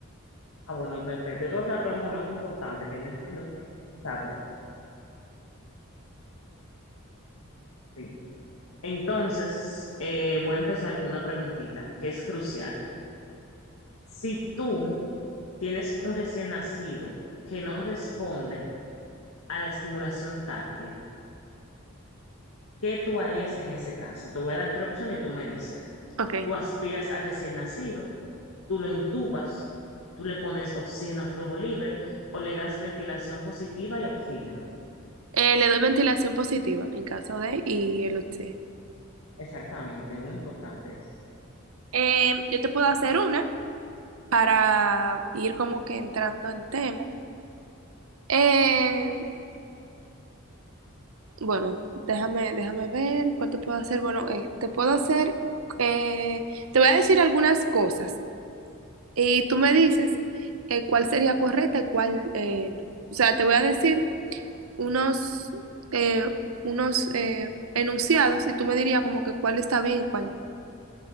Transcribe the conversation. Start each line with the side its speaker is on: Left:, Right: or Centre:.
Left: Ah, bueno, perfecto. Yo te voy a hacer la pregunta más importante que yo entiendo que hay que saber. Sí. Entonces, eh, voy a empezar con una preguntita que es crucial. Si tú tienes un recién nacido que no responde a la estimulación táctil, ¿qué tú harías en ese caso? Te voy a dar tres opciones y tú me dices.
Right: Ok.
Left: Tú aspiras al recién nacido, tú lo intubas, tú le pones oxígeno a flujo libre o le das ventilación positiva y oxígeno.
Right: Eh, le doy ventilación positiva en caso de y el usted.
Left: Exactamente, muy importante es.
Right: Eh, yo te puedo hacer una para ir como que entrando en tema. Eh, Bueno, déjame, déjame ver cuál te puedo hacer. Bueno, eh, te puedo hacer, eh, te voy a decir algunas cosas y tú me dices eh, cuál sería correcta y cuál eh, no. O sea, te voy a decir unos, eh, unos eh, enunciados y tú me dirías como que cuál está bien y cuál no.